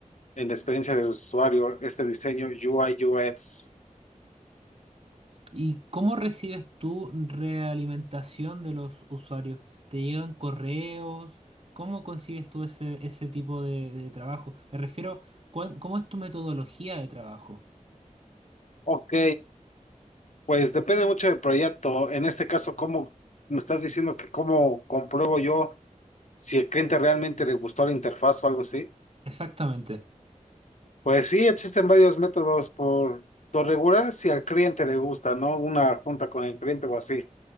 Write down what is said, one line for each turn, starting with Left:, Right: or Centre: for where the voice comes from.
Left: en la experiencia del usuario, este diseño UI UX.
Right: ¿Y cómo recibes tú realimentación de los usuarios? ¿Te llegan correos? ¿Cómo consigues tú ese, ese tipo de, de trabajo? Me refiero, ¿cuál- ¿cómo es tu metodología de trabajo?
Left: Ok, Pues depende mucho del proyecto. En este caso, ¿cómo me estás diciendo que cómo compruebo yo si el cliente realmente le gustó la interfaz o algo así?
Right: Exactamente.
Left: Pues sí, existen varios métodos por lo regular si al cliente le gusta, ¿no? Una junta con el cliente o así.